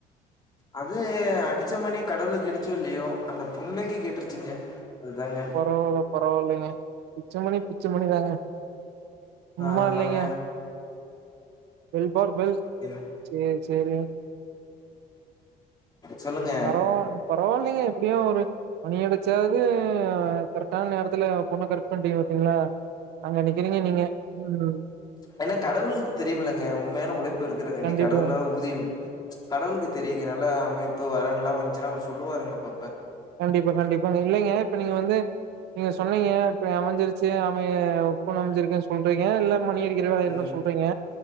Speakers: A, on the left (about 25°); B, on the right (about 80°).
A: அது அடிச்ச மணி கடவுளுக் கேட்டச்சோ இல்லையோ அந்த பொண்ணக்கு கேட்டுருச்சிங்க அதுதாங்க
B: பரவாயில்ல பரவாயில்லங்க பிச்சமணி பிச்சமணிதாங்க சும்மா
A: ஆமாங்க
B: இல்லங்க பெல் பார் பெல்
A: ஏனா
B: சேரி சேரிங்க
A: சொல்லுங்க
B: பரவா பரவாயில்லைங்க எப்டியு ஒரு மணி அடிச்சாவது கரெக்டான நேரத்துல பொண்ணு கரெக்ட் பண்ணிட்டீங்க பாத்தீங்ளா அங்க அன் <unintelligible> நீங்க உம்
A: ஏனா கடவுள் தெரியுமில்லங்க உண்மையான உழைப்பு இருக்குறங்காட்டி
B: கண்டிப்பா
A: கடவுள ஊதியம் கடவுளுக்கு தெரியுங்க நல்லா அமைப்பு வரன்லா வந்துச்சின்னா அவர் சொல்லுவாருங்க அப்பப்ப
B: கண்டிப்பா கண்டிப்பா இல்லங்க இப்ப நீங்க வந்து நீங்க சொன்னீங்க இப்ப அமைஞ்சிருச்சே அமைய பொண்ணு அமைஞ்சிருக்குன்னு சொல்றீங்க இல்ல மணி இறைவா <unintelligible>
A: ம்
B: சொல்றங்க